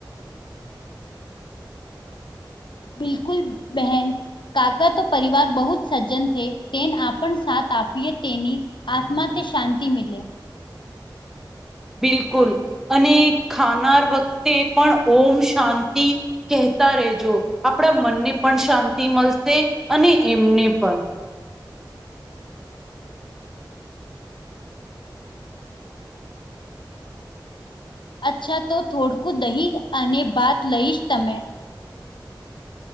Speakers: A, on the left; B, in the centre.
A: બિલકુલ બહેન કાકા તો પરિવાર બહુ જ સજ્જન છે તેને આપણ સાથ આપીએ તેની આત્મા તે શાંતિ મિલે.
B: બિલકુલ અને ખાનાર વખતે પણ ઓમ શાંતિ કહેતા રહેેજો આપડા મનને પણ શાંતિ મળશે અને એમને પણ.
A: અચ્છા તો થોડકું દહીં અને ભાત લઈશ તમે